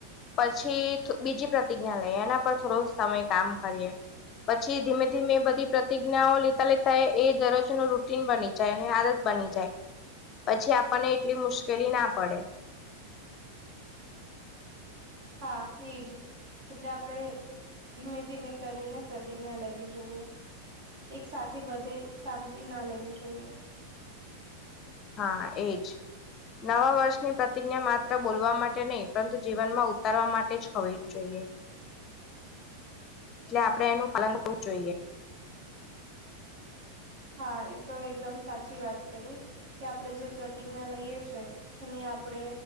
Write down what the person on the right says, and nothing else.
હા, એજ એટલે આપડે ધીમે ધીમે કરીને પ્રતિજ્ઞા લેવી જોઈએ. એક સાથી બધે સામટી ના લેવી જોઈએ.
હા, એતો એકદમ સાચી વાત કરી. કે આપડે જે પ્રતિજ્ઞા લઈએ છે તેની આપડે